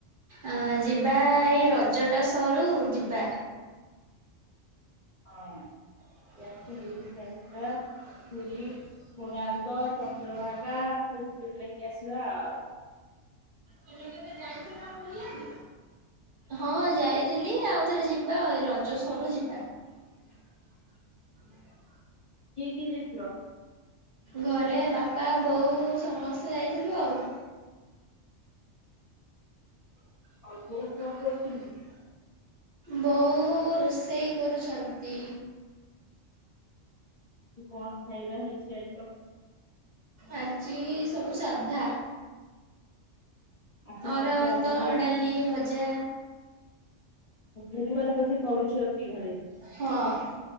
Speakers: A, on the right (about 45°); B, on the left (about 35°).
A: ଅ ଯିବା ଏଇ ରଜଟା ସରୁ ଯିବା
B: ହଁ
A: <unintelligible>
B: ଯାଇକି ବୁଲିକି ଆସିବା। ପୁରୀ କୋଣାର୍କ ଚନ୍ଦ୍ରଭାଗା ସବୁ ବୁଲେଇକି ଆସିବା ଆଉ
A: ତୁମେ କେବେ ଯାଇଥିଲ ପୁରୀ ଆଡେ ହଁ ଯାଇଥିଲି ଆଉ ଥରେ ଯିବା ରଜ ସରୁ ଯିବା। <unintelligible>
B: କିଏ କିଏ ଯାଇଥିଲ?
A: ଘରେ ବାପା ବୋଉ ସମସ୍ତେ ଯାଇଥିଲୁ ଆଉ। <unintelligible>
B: ଆଉ ବୋଉ କଣ କରୁଛନ୍ତି
A: ବଉ ରୋଷେଇ କରୁଛନ୍ତି।
B: କଣ ଖାଇବା ହେଇଛି ଆଇଟମ?
A: ଆଜି ସବୁ ସାଧା।
B: ଆଜି
A: ଅରୁଆ
B: ସାଧା
A: ଭାତ
B: ତମେ
A: ଡାଲି ଭଜା।
B: ବୁଧବାର ବୋଧେ କରୁଛ କି ଘରେ।
A: ହଁ